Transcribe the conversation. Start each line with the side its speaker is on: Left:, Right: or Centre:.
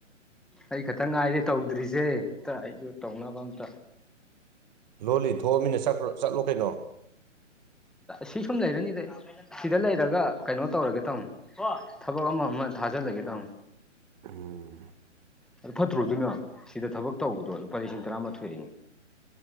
Centre: ꯑꯩ ꯈꯇꯪ ꯉꯥꯏꯗꯤ ꯇꯧꯗ꯭ꯔꯤꯁꯦ ꯑꯝꯇ ꯑꯩꯁꯨ ꯇꯧꯅꯕ ꯑꯝꯇ
Right: ꯂꯣꯜꯂꯤ ꯊꯣꯛꯑꯃꯤꯅꯄ꯭ꯔ ꯆꯠꯂꯣ ꯀꯩꯅꯣ
Centre: ꯁꯤ ꯁꯨꯝ ꯂꯩꯔꯅꯤꯗ ꯁꯤꯗ ꯂꯩꯔꯒ ꯀꯩꯅꯣ ꯇꯧꯔꯒꯦ ꯇꯥꯃꯅꯤ ꯊꯕꯛ ꯑꯃ ꯑꯃ ꯊ ꯀꯖ ꯂꯩꯒꯦ ꯇ
Right: ꯎꯝ
Centre: ꯑꯗꯨ ꯐꯠꯇ꯭ꯔꯣꯗꯨꯅ ꯁꯤꯗ ꯊꯕꯛ ꯇꯧꯕꯗꯣ ꯂꯨꯄꯥ ꯂꯤꯁꯤꯡ ꯇꯔꯥꯃꯥꯊꯣꯏꯅꯤ